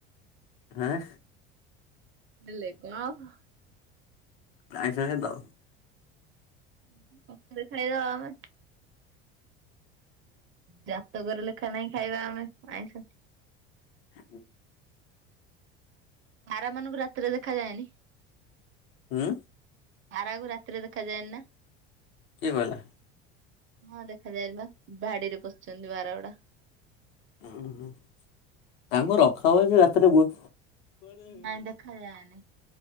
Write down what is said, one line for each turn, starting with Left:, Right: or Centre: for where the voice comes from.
Left: ଆଁ।
Right: ନେଲେ କ ହବ?
Left: ଆଇଂଶ ଛାଡ଼ିଦେବ?
Right: <unintelligible> ଖାଇବା ଆମେ ଯା ତକ ରେ ଲେଖା ନାହିଁ ଖାଇବା ଆମେ ଆଇଁଷ।
Left: <inaudible>
Right: ପାରା ମାନଙ୍କୁ ରାତିରେ ଦେଖାଯାଏନି।
Left: ଉୁଁ।
Right: ପାରା କୁ ରାତିରେ ଦେଖାଯାଏନି ନା?
Left: କିଏ କଇଲା?
Right: ହଁ ଦେଖାଯାଏନି ବା ବାଡ଼ି ରେ ପଶଚ଼ନ୍ତି ବାରା ଗୁଡ଼ା।
Left: ଉୁଁ ହୁଁ ତାଙ୍କୁ ରଖ ବେ ସେ ରାତିରେ ବୁ
Right: ନାଇଁ ଦେଖାଯାଏନି।